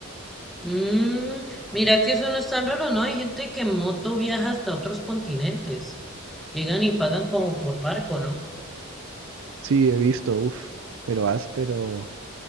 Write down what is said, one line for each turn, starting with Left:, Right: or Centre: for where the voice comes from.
Centre: Mm, mira que eso no es tan raro, ¿no? Hay gente que en moto viaja hasta otros continentes. Llegan y pagan como por barco, ¿no?
Right: Sí, he visto, uff, pero áspero